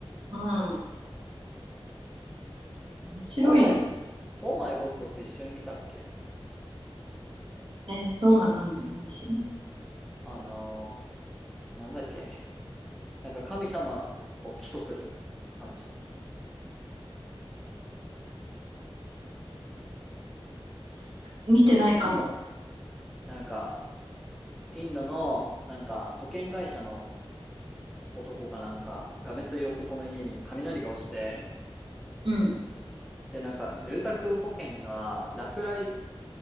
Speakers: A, on the right (about 60°); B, in the centre.
A: うん。白いよね。
B: オーマイ、オーマイゴッドって一緒に見たっけ
A: え、どんな感じの話
B: あの、なんだっけなんか神様を起訴する話。
A: 見てないかも。
B: なんか、インドの、なんか保険会社の男かなんか、がめつい男の家に雷が落ちて、
A: うん、
B: で、なんか、住宅保険が落雷